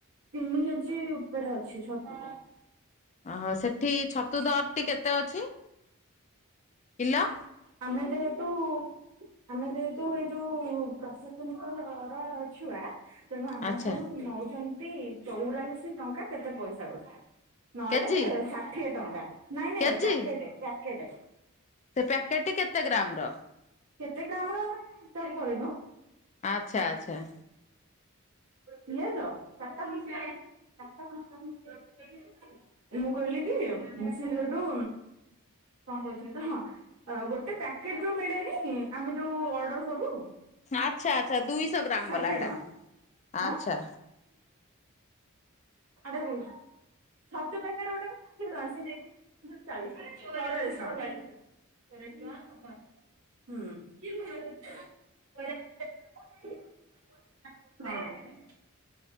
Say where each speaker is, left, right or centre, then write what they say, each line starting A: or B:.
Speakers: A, on the right; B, on the left.
A: ତିନି କେଜି ଉପରେ ଅଛି ଛତୁ।
B: ଓହୋ ସେଠି ଛତୁ ଦର ଟି କେତେ ଅଛି କିଲ।
A: ଆମେ ଯେହେତୁ ଆମେ ଯେହେତୁ ଏଇ ଯୋଉ ପ୍ରଶାସନିକ ର ଛୁଆ ତେଣୁ ଆମଠାରୁ
B: ଆଚ୍ଛା
A: ନଉଚନ୍ତି ଚଉରାଳିଶ ଟଙ୍କା କେତେ ପଇସା ଗୋଟେ ନହେଲେ
B: କେଜି?
A: ଷାଠିଏ ଟଙ୍କା ନାଇଁ ନାଇଁ
B: କେଜି
A: ପ୍ୟାକେଟେ ପ୍ୟାକେଟେ।
B: ସେ ପ୍ୟାକେଟ ଟି କେତେ ଗ୍ରାମ ର।
A: କେତେ ଗ୍ରାମ ର ଆମେ ହିସାବ କରିନୁ।
B: ଆଚ୍ଛା ଆଚ୍ଛା।
A: ପିଆଜ ଚାରିଟା ପାଞ୍ଚଟା ଚାରିଟା ପାଞ୍ଚଟା ଖଣ୍ଡ ପିଆଜ ମୁଁ କହିଲି କି ସିଏ ଯୋଉଟୁ କଣ କହୁଥିଲି ତ ହଁ ଅ ଗୋଟେ ପ୍ୟାକେଟ ଯୋଉ ମିଳେନି ଆମେ ଯୋଉ ଅ ଅଡର କରୁ
B: ଆଚ୍ଛା ଆଚ୍ଛା ଦୁଇଶହ ଗ୍ରାମ
A: ଷାଠିଏ
B: ବାଲା ହେଟା
A: ଟଙ୍କା। ଆଁ
B: ଆଚ୍ଛା।
A: ଆଡେ କହୁଚି। ଛତୁ ପ୍ୟାକେଟ ଗୋଟାକୁ ଷାଠିଏ ଟଙ୍କା ସେ ନେଇଚି <unintelligible> ଚାଳିଶ ଟଙ୍କା ଆରେ ଚୋଉରାଳିଶ ଟଙ୍କା। ତିରିଶି ଟଙ୍କା ଛପନ ପଇସା। ହୁଁ <unintelligible> ହଁ।